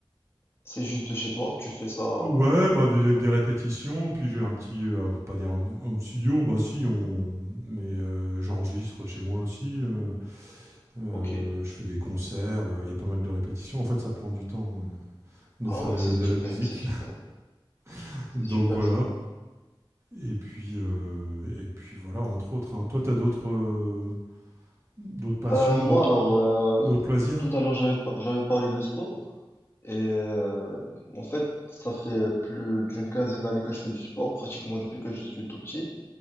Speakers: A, on the left; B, on the right.
A: c'est juste de chez toi? Tu fais ça?
B: Ouais, bah des, des répétitions, puis j'ai un petit, euh, on va pas dire un studio, bah si, on, mais euh, j'enregistre chez moi aussi, euh, Euh,
A: Ok.
B: je fais des concerts, il euh, y a pas mal de répétitions. En fait, ça prend du temps euh, de
A: Ah
B: faire
A: ouais,
B: de,
A: c'est
B: de
A: super,
B: la musique.
A: c'est super,
B: <laughs>
A: c'est
B: Donc
A: super
B: voilà.
A: ça.
B: Et puis, euh, et puis voilà, entre autres. Hein. Toi, t'as as d'autres euh, d'autres passions,
A: Euh, moi
B: d'autres
A: alors, euh,
B: d'autres loisirs
A: tout à l'heure j'avais par- j'avais parlé de sport et euh, en fait ça fait plus d'une quinzaine d'années que je fais du sport, pratiquement depuis que je suis tout petit.